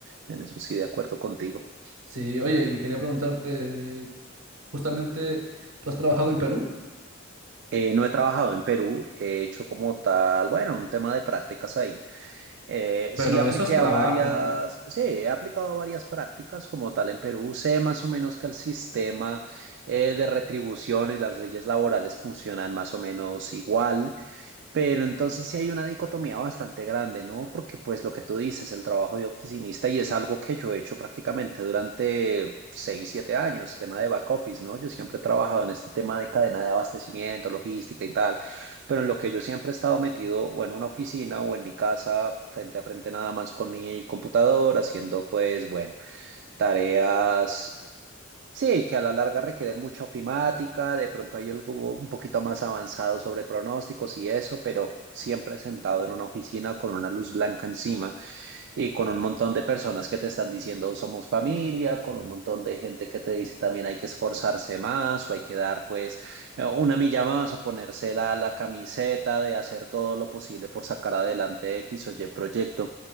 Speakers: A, on the right (about 55°); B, on the right (about 70°).
A: En eso sí, de acuerdo contigo.
B: Sí, oye, y quería preguntarte, justamente, tú has trabajado en Perú,
A: Eh, no he trabajado en Perú, he hecho como tal, bueno, un tema de prácticas ahí Eh,
B: pero
A: sí apliqué
B: eso es trabajo,
A: a varias,
B: ¿no?
A: sí, he aplicado a varias prácticas como tal en Perú. Sé más o menos que el sistema eh, de retribución y las leyes laborales funcionan más o menos igual. Pero entonces sí hay una dicotomía bastante grande, ¿no? Porque pues lo que tú dices, el trabajo de oficinista y es algo que yo he hecho prácticamente durante 6 7 años, tema de back office, ¿no? Yo siempre he trabajado en este tema de cadena de abastecimiento, logística y tal, pero en lo que yo siempre he estado metido o en una oficina o en mi casa, frente a frente nada más con mi computador, haciendo pues, bueno, tareas Sí, que a la larga requieren mucha ofimática, de pronto hay algo un poquito más avanzado sobre pronósticos y eso, pero siempre sentado en una oficina con una luz blanca encima y con un montón de personas que te están diciendo somos familia, con un montón de gente que te dice también hay que esforzarse más o hay que dar pues eh, una milla más o ponerse la, la camiseta de hacer todo lo posible por sacar adelante X o Y proyecto